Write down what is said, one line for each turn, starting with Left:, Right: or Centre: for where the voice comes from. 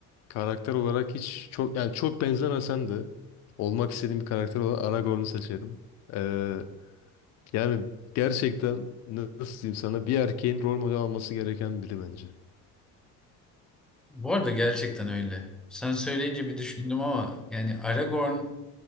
Left: karakter olarak hiç çok yani çok benzemesem de olmak istediğim bir karakter olan Aragorn'u seçerim. Ee, yani gerçekten nasıl diyeyim sana bir erkeğin rol model alması gereken biri bence.
Centre: Bu arada gerçekten öyle. Sen söyleyince bir düşündüm ama yani Aragorn